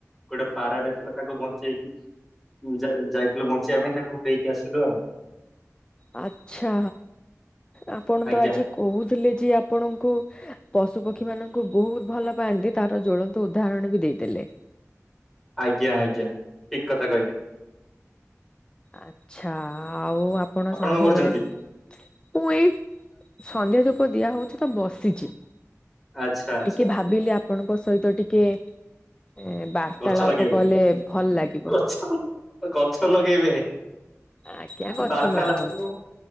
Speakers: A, in the centre; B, on the left (about 15°).
A: ଗୋଟେ ପାରାଟା ଥିଲା ତାକୁ ବଞ୍ଚେଇକି ଯା ଯା ଯାଇଥିଲୁ ବଞ୍ଚେଇବା ପାଇଁ ତାକୁ ଦେଇକି ଆସିଲୁ ଆଉ।
B: ଆଛା ଆପଣ
A: ଆଜ୍ଞା
B: ତ ଆଜି କହୁଥିଲେ ଯେ ଆପଣଙ୍କୁ ପଶୁ ପକ୍ଷୀ ମାନଙ୍କୁ ବହୁତ ଭଲ ପାଆନ୍ତି। ତାର ଜ୍ୱଳନ୍ତ ଉଦାହରଣ ବି ଦେଇଦଲେ।
A: ଆଜ୍ଞା ଆଜ୍ଞା ଠିକ କଥା କହିଲେ।
B: ଆଚ୍ଛା। ଆଉ ଆପଣ ସନ୍ଧ୍ୟା
A: କଣ କରୁଛନ୍ତି
B: ବେଳେ ମୁଁ ଏଇ ସନ୍ଧ୍ୟା ଧୁପ ଦିଆ ହଉଛି ତ ବସିଛି
A: ଆଚ୍ଛା ଆଚ୍ଛା
B: ଟିକେ ଭାବିଲି ଆପଣଙ୍କ ସହିତ ଟିକେ ଏ ବାର୍ତ୍ତାଳାପ
A: ଗଛ ଲଗେଇବେ
B: କଲେ ଭଲ ଲାଗିବ।
A: ଗଛ ଗଛ ଲଗ କେବେ
B: ଆଜ୍ଞା ଗଛ
A: ବାରତାଲାପ
B: ଲଗା ହଉଛି।
A: ନୁ